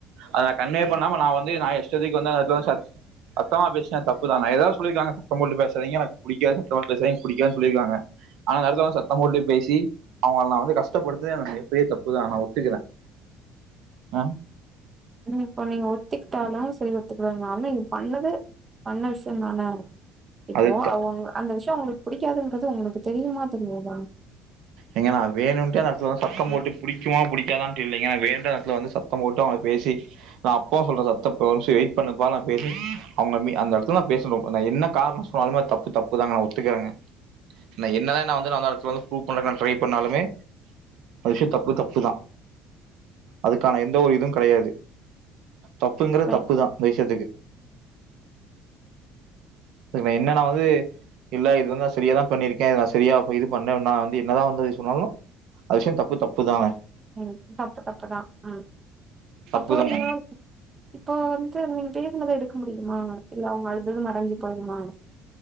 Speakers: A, on the right; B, on the right.
A: அத நா கன்வே பண்ணாம நா வந்து நா ஏ இஷ்டத்துக் வந்து அந்த எட்த்துல வந் சத் சத்தமா பேசி ட்டே தப்பு தா நா எதாது சொல்லிருக்கலாங்க சத்தம் போட்டு பேசாதிங்க எனக் புடிக்காது சத்தம் போட் பேசாதீங்க எனக் புடிக்காதுன் சொல்லிருக்கலாங்க ஆனா அந்த எடத்துல வந் சத்தம் போட்டு பேசி அவுங்கள நா வந்து கஷ்டப்படுத்துன்தே எனக் மிகப்பெரிய தப்புதா நா ஒத்துக்கிறே ஆ
B: ம் இப்ப நீங்க ஒத்துக்கிட்டாலு செரி ஒத்துக்கலன்னாலு நீங்க பண்ணது பண்ண விஷ்யோ தான இப்போ
A: அது த-
B: அவுங் அந்த விஷ்யோ அவுங்களுக் புடிக்காதுங்றது உங்களுக்கு தெரியுமா தெரியாதா
A: ஏங்க நா வேணுன்ட்டே அந்த எடத்துல வந்து சத்தம் போட்டு புடிக்குமா புடிக்காதான்ட்டு இல்லைங்க வேணுன்ட்டே அந்த எடத்துல வந்து சத்தம் போட்டு அவுங்கள பேசி நா அப்பவு சொல்றே சத்தப் ஒரு நிம்ஷோ வெயிட் பண்ணப்பா நா பேசின் அவுங்க மீ அந்த எடத்துல நா பேசணு நா என்ன கார்ணோ சொன்னாலுமே அது தப்பு தப்பு தாங்க நா ஒத்துக்கிறேங்க நா என்னதா நா வந்து நா வந்து அந்த எட்த்துல வந்து ப்ரூஃப் பண்ணறக்கு நா ட்ரை பண்ணாலுமே அது விஷ்யோ தப்பு தப்பு தா அதுக்கான எந்த ஒரு இது கெடையாது தப்புங்கறது
B: ரைட்
A: தப்புதா அந்த விஷ்யத்துக்கு இப்ப என்ன நா வந்து இல்ல இது வந்து நா சரியாதா பண்ணிருக்கே இது நா சரியா போய் இது பண்ணே நா வந்து என்னதா வந்து இது சொன்னாலு அது விஷ்யோ தப்பு தப்புதாங்க
B: ம் தப்பு தப்புதா ம்
A: தப்பு
B: அப்போ
A: தான்
B: நீங்க இப்போ வந்து நீங்க பேசினத எடுக்க முடியுமா இல்ல அவங்க அழுதது மறஞ்சு போயிருமா